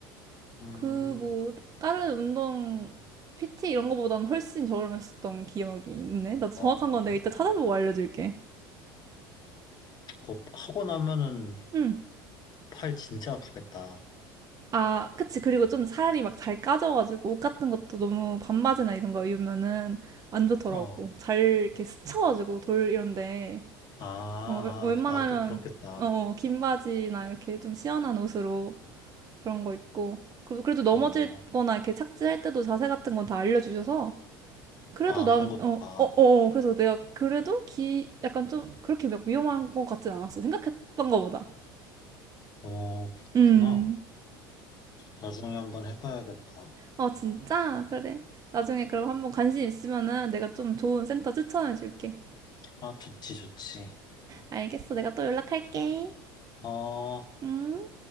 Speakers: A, on the left; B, on the right.
A: 음,
B: 그 뭐 다른 운동 PT 이런 거보다는 훨씬 저렴했었던 기억이 있네. 나도
A: 어,
B: 정확한 건 내가 이따
A: 어.
B: 찾아보고 알려줄게.
A: 그거 하고 나면은
B: 응.
A: 팔 진짜 아프겠다.
B: 아, 그치. 그리고 좀 살이 막 잘 까져가지고 옷 같은 것도 너무 반바지나 이런 거 입으면은 안 좋더라고.
A: 어,
B: 잘 이렇게 스쳐가지고 돌 이런데
A: 아,
B: 어, 웬- 웬만하면
A: 아, 나도 그렇겠다.
B: 어, 어, 긴 바지나 이렇게 좀 시원한 옷으로 그런 거 입고 그- 그래도 넘어질거나
A: 어,
B: 이렇게 착지할 때도 자세 같은 건 다 알려주셔서 그래도
A: 아,
B: 난,
A: 그런 것도
B: 어,
A: 다,
B: 어, 어, 어. 그래서 내가 그래도 기, 약간 좀 그렇게 막 위험한 것 같진 않았어. 생각했던 것보다.
A: 어, 그렇구나.
B: 음.
A: 나중에 한번 해봐야겠다.
B: 어, 진짜? 그래. 나중에
A: 어.
B: 그럼 한번 관심 있으면은 내가 좀 좋은 센터 추천해 줄게.
A: 아, 좋지, 좋지.
B: 알겠어. 내가 또 연락할게.
A: 어,
B: 음.